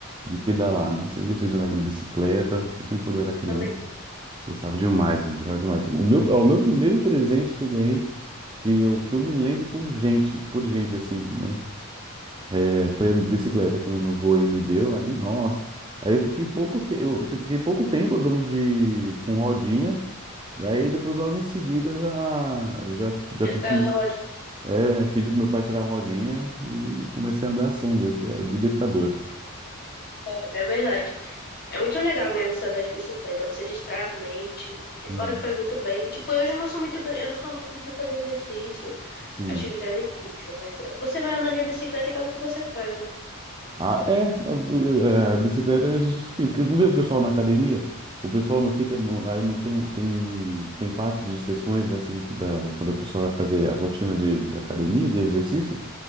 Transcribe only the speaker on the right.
de pedalar, né, sempre gostei de andar de bicicleta, principalmente quando eu era criança.
Gostava demais, mano, gostava demais. O meu, ó, o meu primeiro presente que eu ganhei, que eu, que eu me lembro por gente, por gente, assim, né? é, foi a bicicleta que o meu avô ele me deu, aí, nossa. Aí eu fiquei pouco, te... eu fiquei pouco tempo andando de... com rodinha, aí depois logo em seguida já, já, já
pedi,
é, pedi pro meu pai tirar a rodinha e comecei a andar assim mesmo, que é libertador.
Uhum.
Sim.
Ah, é, a, a a bicicleta é um exercício físico. Eu Não vejo o pessoal na academia? O pessoal não fica, no, aí não tem, tem, tem parte de sessões da, assim, da, quando a pessoa vai fazer a rotina de, de academia, de exercício,